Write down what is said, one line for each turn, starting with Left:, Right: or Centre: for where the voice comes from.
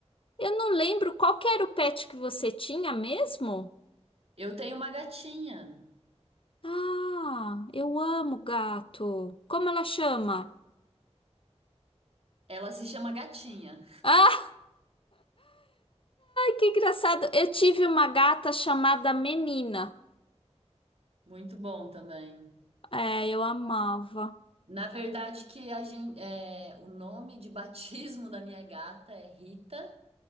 Left: Eu não lembro qual que era o pet que você tinha mesmo?
Right: Eu tenho uma gatinha.
Left: Ah, eu amo gato. Como ela chama?
Right: Ela se chama Gatinha.
Left: Ai, que engraçado. Eu tive uma gata chamada Menina.
Right: Muito bom também.
Left: É, eu amava.
Right: Na verdade, que a gente, é, o nome de batismo <laughs> da minha gata é Rita,